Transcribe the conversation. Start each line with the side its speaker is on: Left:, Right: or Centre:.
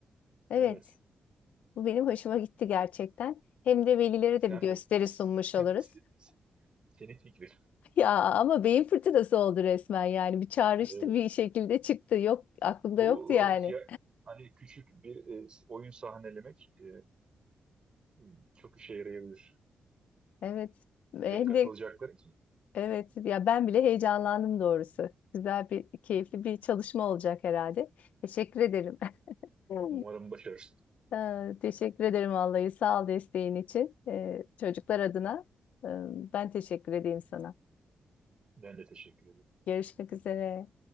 Left: Evet,
Right: evet.
Left: bu benim hoşuma gitti gerçekten. Hem de velilere
Right: Sen
Left: de bir gösteri
Right: bu <laughs>
Left: sunmuş oluruz.
Right: senin fikrin.
Left: Ya ama beyin fırtınası oldu resmen yani bir çağrıştı
Right: E,
Left: bir şekilde çıktı yok aklımda
Right: bu
Left: yoktu yani.
Right: e, tiya- hani küçük bir e, oyun sahnelemek e, Hmm, Çok işe yarayabilir.
Left: Evet hem
Right: Direkt katılacaklar
Left: de
Right: için.
Left: evet ya ben bile heyecanlandım doğrusu. Güzel bir keyifli bir çalışma olacak herhalde. Teşekkür ederim. <laughs> Evet.
Right: Umarım başarırsın.
Left: Ee, Teşekkür ederim vallahi sağ ol desteğin için. Ee, çocuklar adına e, ben teşekkür edeyim sana.
Right: Ben de teşekkür ederim.
Left: Görüşmek üzere.